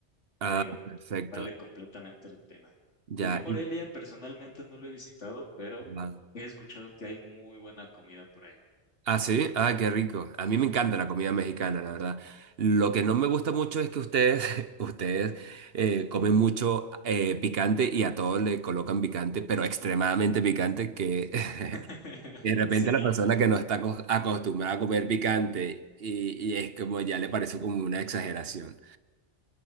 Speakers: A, on the right; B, on the left.
A: Ah,
B: te digo,
A: perfecto.
B: vale completamente la pena.
A: Ya.
B: Y yo Morelia
A: y-
B: personalmente no lo he visitado, pero
A: ah,
B: he escuchado que hay muy buena comida por allá.
A: ah, sí. Ah, qué rico. A mí me encanta la comida mexicana, la verdad. Lo que no me gusta mucho es que ustedes, <laughs> ustedes eh, comen mucho eh, picante y a todos le colocan picante, pero extremadamente picante, que <laughs>
B: <laughs>
A: de repente
B: Sí,
A: la persona que no está acos- acostumbrada a comer picante y, y es como ya le parece como una exageración.